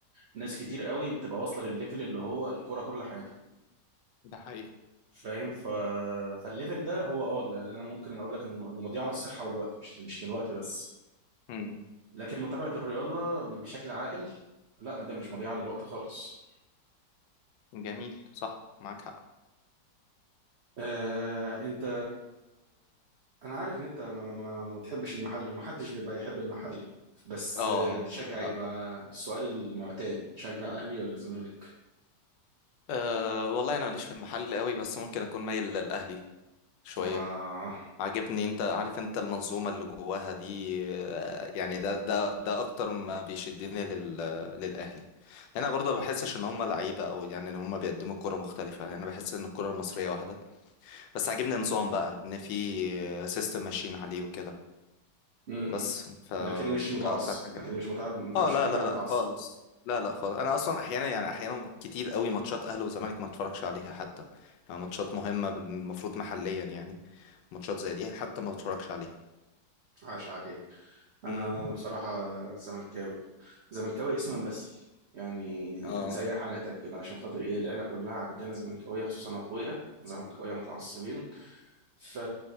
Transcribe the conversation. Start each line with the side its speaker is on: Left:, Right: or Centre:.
Right: ناس كتير قوي بتبقى واصله للليفل اللي هو الكوره كل حياتهم
Left: ده حقيقي
Right: فاهم ف... فالليفل ده هو اه اللي انا ممكن اقول لك انه إنه مضيعه للصحه والوقت مش مش للوقت بس
Left: امم
Right: لكن متابعة الرياضة ب- بشكل عاقل لا ده مش مضيعة للوقت خالص
Left: جميل صح معاك حق
Right: آه، انت انا عارف ان انت ما, ما, ما بتحبش المحلي ومحدش بيبقى يحب المحلي بس
Left: اه
Right: آه، بتشجع ايه
Left: لا.
Right: بقى السؤال المعتاد تشجع اهلي ولا زمالك
Left: أه والله انا ماليش في المحل قوي بس ممكن اكون مايل للاهلي شوية
Right: اه
Left: عاجبني انت عارف انت المنظومة اللي جواها دي آه، يعني ده ده ده اكتر ما بيشدني لل للاهلي لان انا برضه ما بحسش ان هم لعيبة او يعني ان هم بيقدموا كرة مختلفة يعني انا بحس ان الكرة المصرية واحدة بس عاجبني نظام بقى ان في سيستم ماشيين عليه وكده
Right: م
Left: بس
Right: -م.
Left: فده
Right: لكن مش متعصب
Left: اكتر حاجة
Right: لكن مش متابع انت
Left: اه
Right: مش
Left: لا
Right: متابع
Left: لا لا
Right: متعصب
Left: خالص لا لا خالص انا اصلا احيانا يعني احيانا كتير قوي ماتشات اهلي وزمالك ما اتفرجش عليها حتى يعني ماتشات مهمة المفروض محليا يعني ماتشات زي دي حتى ما اتفرجش عليها
Right: عاش عليك انا
Left: امم
Right: بصراحه زملكاوي زملكاوي اسما بس يعني
Left: اه
Right: زي حالاتك كده عشان خاطر ايه العيله كلها عندنا زملكاويه خصوصا اخويا زملكاويه متعصبين ف...